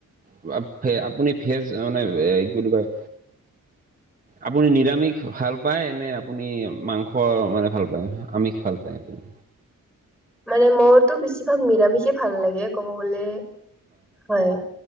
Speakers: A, on the right (about 25°); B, in the centre.
A: পোৰা ফে আপুনি ফেজ মানে কি বুলি কয় আপুনি নিৰামিষ ভাল পায় নে আপুনি মাংস মানে ভাল পায়? আমিষ ভাল পায় আপুনি‌?
B: মানে মোৰ তো বেছিভাগ নিৰামিষে ভাল লাগে। ক'ব গলে হয়